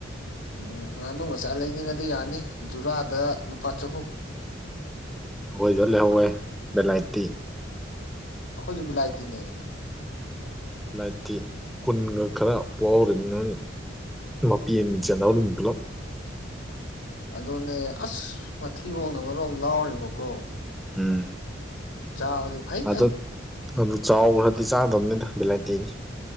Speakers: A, on the left; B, in the centre.
A: ꯎꯝ ꯉꯥꯅꯨ ꯃꯆꯥ ꯂꯩꯅꯤꯡꯉꯗꯤ ꯌꯥꯅꯤ ꯖꯨꯔꯥꯗ ꯂꯨꯄꯥ ꯆꯍꯨꯝ
B: ꯑꯩꯈꯣꯏꯗ ꯂꯩꯍꯧꯋꯦ ꯕꯦꯂꯥꯏꯠꯇꯤ
A: ꯑꯩꯈꯣꯏꯁꯨ ꯕꯤꯂꯥꯏꯇꯤꯅꯦ
B: ꯂꯥꯏꯇꯤ ꯀꯨꯟꯒ ꯈꯔ ꯄꯥꯎꯔꯤꯉ ꯃꯄꯦꯟ
A: ꯎꯝ
B: ꯆꯅꯥꯎ ꯑꯗꯨꯝ ꯄꯨꯂꯞ
A: ꯑꯗꯨꯅꯦ ꯑꯁ ꯃꯊꯤꯕꯣꯡꯅ ꯑꯃꯣꯝ ꯂꯥꯎꯔꯤꯕꯀꯣ
B: ꯎꯝ
A: ꯆꯥꯕꯗꯤ ꯐꯩꯍꯦ
B: ꯑꯗ ꯑꯗꯨ ꯆꯥꯎꯒ꯭ꯔꯗꯤ ꯆꯥꯗꯕꯅꯤꯗ ꯚꯦꯂꯥꯏꯇꯤꯅꯤ